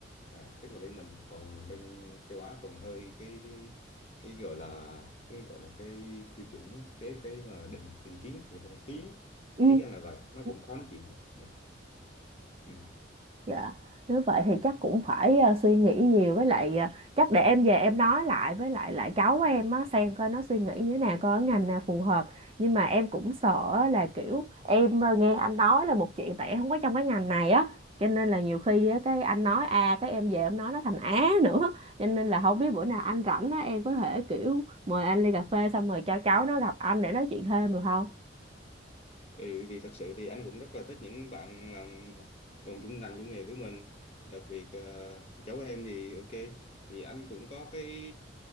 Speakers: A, on the left (about 30°); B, on the right (about 30°).
A: À, tức là bên mình còn bên châu Á còn hơi cái cái, cái gọi là cái gọi là cái tiêu chuẩn cái cái là định định kiến từ phong kiến
B: Ừ.
A: ý anh là vậy nó
B: Dạ.
A: cũng khó nói chuyện hơn ừ. Ừ.
B: Dạ, nếu vậy thì chắc cũng phải ờ, suy nghĩ nhiều với lại ờ, chắc để em về em nói lại với lại lại cháu em á xem coi nó suy nghĩ như thế nào coi cái ngành nào phù hợp. Nhưng mà em cũng sợ á là kiểu em ờ, nghe anh nói là một chuyện tại em không có trong cái ngành này á. Cho nên là nhiều khi á, cái anh nói A cái em về em nói nó thành Á nữa. Cho nên là không biết bữa nào anh rảnh á em có thể kiểu mời anh ly cà phê xong rồi cho cháu nó gặp anh để nói chuyện thêm được không?
A: Ừ thì thật sự thì anh cũng rất là thích những bạn làm học cùng chung ngành chung nghề với mình đặc biệt ờ, cháu em thì ok thì anh cũng có cái